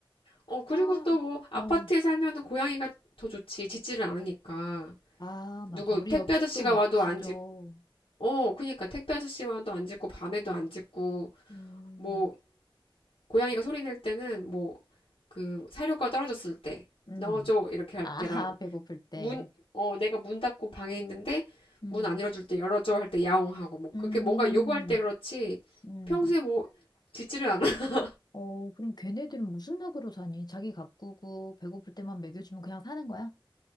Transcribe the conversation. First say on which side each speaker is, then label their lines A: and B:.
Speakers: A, on the left; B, on the left.
A: 어, 그리고
B: 아,
A: 또 뭐 아파트에
B: 어.
A: 살면은 고양이가 더 좋지. 짖지를 않으니까.
B: 아,
A: 누구
B: 맞아. 우리
A: 택배
B: 옆집도
A: 아저씨가
B: 막
A: 와도
B: 지져.
A: 안 짖고. 어, 그니까 택배 아저씨 와도 안 짖고 밤에도 안 짖고
B: 음,
A: 뭐 고양이가 소리 낼 때는 뭐 그 사료가 떨어졌을 때
B: 음.
A: 넣어줘 이렇게 할
B: 아,
A: 때랑
B: 배고플 때.
A: 문, 어, 내가 문 닫고 방에 있는데
B: 음,
A: 문 안 열어줄 때 열어줘 할 때 야옹하고 뭐
B: 음,
A: 그게 렇 뭔가 요구할 때 그렇지
B: 음.
A: 평소에 뭐 짖지를 않아. <laughs>
B: 어, 그럼 걔네들은 무슨 낙으로 사니? 자기 가꾸고 배고플 때만 먹여주면 그냥 사는 거야?